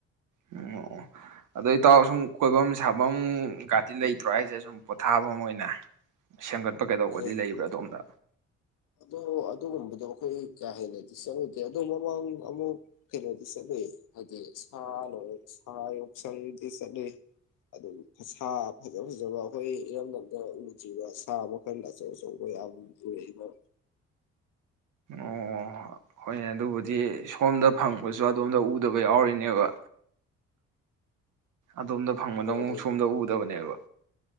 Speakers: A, on the right (about 65°); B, on the left (about 70°).
A: ꯎꯝ ꯑꯗꯣ ꯏꯇꯥꯎ ꯁꯨꯝ ꯀꯣꯏꯕꯝ ꯁꯥꯐꯝ ꯒꯥꯇꯤ ꯂꯩꯇ꯭ꯔꯣ ꯍꯥꯏꯁꯦ ꯁꯨꯝ ꯄꯣꯊꯥꯐꯝ ꯑꯣꯏꯅ ꯁꯦꯝꯒꯠꯄ ꯀꯩꯗꯧꯕꯗꯤ
B: ꯑꯦ
A: ꯂꯩꯕ꯭ꯔꯥ ꯑꯗꯣꯝꯗ
B: ꯑꯗꯣ ꯑꯗꯨꯒꯨꯝꯕꯗꯣ ꯑꯩꯈꯣꯏ ꯀꯥ ꯍꯦꯟꯅꯗꯤ ꯆꯠꯂꯨꯗꯦ ꯑꯗꯣ ꯃꯃꯥꯡ ꯑꯃꯨꯛ ꯀꯩꯅꯣꯗꯤ ꯆꯠꯂꯨꯏ ꯍꯥꯏꯗꯤ ꯁꯥ ꯂꯧ ꯁꯥꯌꯣꯛꯁꯪꯗꯗꯤ ꯆꯠꯂꯨꯏ ꯑꯗꯨ ꯁꯥ ꯐꯖ ꯐꯖꯕ ꯑꯩꯈꯣꯏ ꯏꯔꯝꯗꯝꯗ ꯎꯗ꯭ꯔꯤꯕ ꯁꯥ ꯃꯈꯜꯗ ꯑꯆꯧ ꯑꯆꯧꯕ ꯌꯥꯝ ꯎꯔꯛꯏꯕ
A: ꯑꯣ ꯍꯣꯏꯅꯦ ꯑꯗꯨꯕꯨꯗꯤ ꯁꯣꯝꯗ ꯐꯪꯕꯁꯨ ꯑꯗꯣꯝꯗ ꯎꯗꯕ ꯌꯥꯎꯔꯤꯅꯦꯕ ꯑꯗꯣꯝꯗ ꯐꯪꯕꯅ
B: ꯍꯣꯏ
A: ꯑꯃꯨꯛ
B: ꯑꯗꯨ
A: ꯁꯣꯝꯗ ꯎꯗꯕꯅꯦꯕ